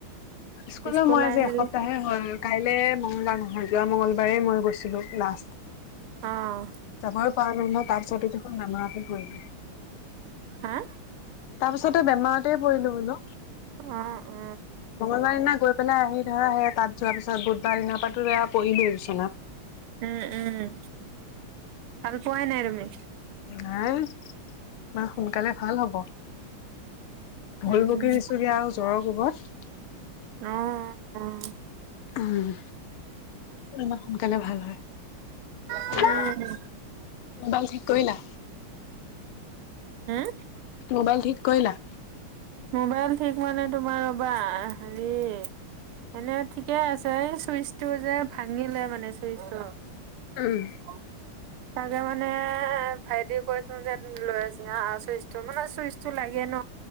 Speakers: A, on the left; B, on the right.
A: স্কুলৰ
B: স্কুল
A: মই
B: আহিলে
A: আজি এসপ্তাহে হোৱা নাই। কাইলৈ মঙ্গলবাৰ নহয় যোৱা মঙগলবাৰেই মই গৈছিলোঁ লাষ্ট।
B: অঁ
A: যাবও পাৰ নাই ন তাৰ পিছতে দেখোন বেমাৰতে পৰিলো।
B: হা
A: তাৰ পিছতে বেমাৰতে পৰিলো বোলো
B: অ অ
A: মঙলবাৰ দিনা গৈ পেলাই আহি ধৰা সেয়া তাত যোৱাৰ পিছত বুধবাৰ দিনৰ পৰা তো পৰিলোৱে বিছনাত।
B: উম উম ভাল পোৱাই নাই তুমি।
A: নাই ইমান বেমাৰ সোনকালে ভাল হব। ভুল
B: উম
A: বকি
B: উম
A: দিছোগে আও জ্বৰৰ কোবত।
B: অহ অহ।
A: উম ক'ত ইমান সোনকালে ভাল হয়
B: অ উম
A: মা মোবাইল ঠিক কৰিলা।
B: উম
A: মোবাইল ঠিক কৰিলা।
B: মোবাইল ঠিক মানে তোমাৰ ৰ'বা হেৰি। এনে ঠিকে আছে চুইচটো যে ভাঙিলে মানে চুইচটো।
A: উম
B: কি হ'ল। তাকে মানে ভাইটিক কৈছো যে তুমি লৈ যোৱা চুইচটো মানে চুইচটো লাগে ন